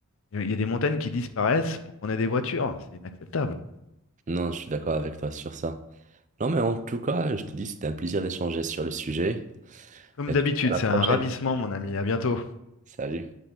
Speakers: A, on the left; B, on the right.
A: il y a des montagnes qui disparaissent pour qu'on ait des voitures. C'est inacceptable.
B: non, je suis d'accord avec toi sur ça. Non, mais en tout cas, je te dis, c'était un plaisir d'échanger sur le sujet,
A: Comme
B: et
A: d'habitude,
B: je te dis à la
A: c'est
B: prochaine.
A: un ravissement, mon ami. À bientôt.
B: Salut.